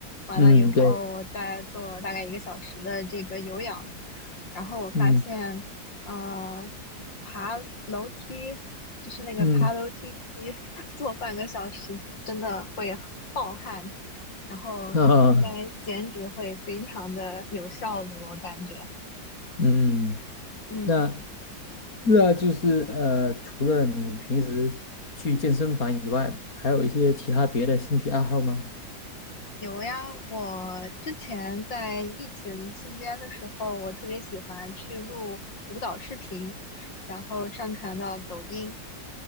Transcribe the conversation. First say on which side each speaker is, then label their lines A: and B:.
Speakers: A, on the left; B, on the left.
A: 完了以后我再做大概一个小时的这个有氧，
B: 嗯，对，
A: 然后我发现呃
B: 嗯
A: 爬楼梯。就是那个爬楼梯机
B: 嗯
A: <laughs> 做半个小时，真的会暴汗，然后应该减脂会非常的有效率，
B: 啊
A: 我感觉。
B: <laughs> 嗯。
A: 嗯，
B: 那那就是呃，除了你平时去健身房以外，还有一些其他别的兴趣爱好吗？
A: 有呀，我之前在疫情期间的时候，我特别喜欢去录舞蹈视频，然后上传到抖音，